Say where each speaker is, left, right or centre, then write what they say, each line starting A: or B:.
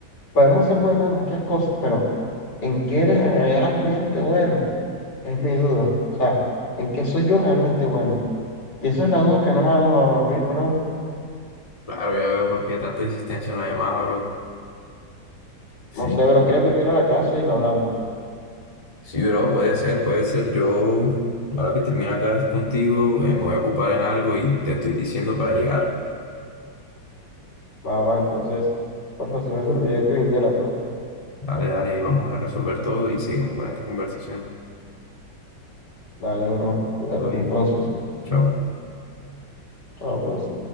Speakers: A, on the left; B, on the left.
A: Podemos ser buenos en muchas cosas, pero ¿en qué eres realmente bueno? Es mi duda. O sea, ¿en qué soy yo realmente bueno? Y esa es la duda que no me ha dejado dormir, bro.
B: Claro, ya veo por qué tanta insistencia en la llamada, bro. Sí.
A: No sé, bro, ¿quieres venir a la casa y lo hablamos?
B: Sí, bro, puede ser, puede ser. Yo, ahora que termina acá es contigo, eh, me voy a ocupar en algo y te estoy diciendo para llegar.
A: Va, va, entonces, por favor, si no me serviría que viniera, bro.
B: Dale, dale, ahí vamos a resolver todo y seguimos con esta conversación.
A: Dale, bro, cuídate
B: Todo bien.
A: entonces.
B: Chao.
A: Chao, pues.